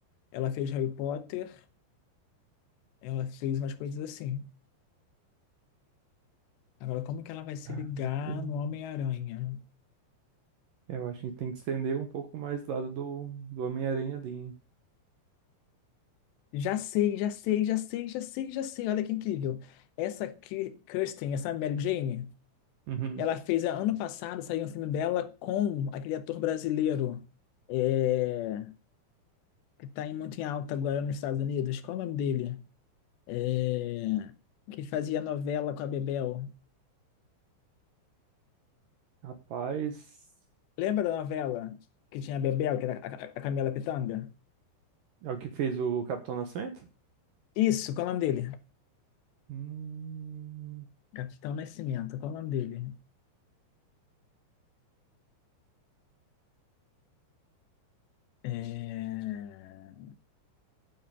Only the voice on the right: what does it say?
Ah,
meu Deus.
É, Eu acho que tem que estender um pouco mais do lado do, do Homem-Aranha ali, hein?
Uhum.
Rapaz,
é o que fez o Capitão Nascimento?
Hum,